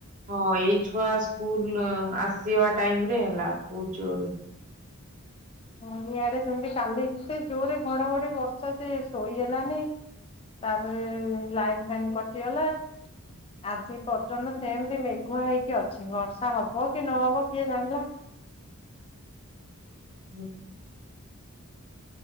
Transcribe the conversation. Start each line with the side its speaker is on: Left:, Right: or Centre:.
Right: ହଁ ଏଇ ଛୁଆ ସ୍କୁଲ ଆସିବା ଟାଇମରେ ହେଲା ବହୁତ ଜୋରେ।
Left: ହଁ ଇଆଡେ ସେମତି କାଲି ଏତେ ଜୋରେ ଘଡାଘଡି ବର୍ଷା ଯେ ଶୋଇ ହେଲାନି। ତାପରେ ଲାଇନ ଫାଇନ୍ କଟିଗଲା। ଆଜି ପର୍ଯ୍ୟନ୍ତ ସେମିତି ମେଘୁଆ ହେଇକି ଅଛି ବର୍ଷା ହବ କି ନହବ କିଏ ଜାଣିଲା।
Right: ହୁଁ।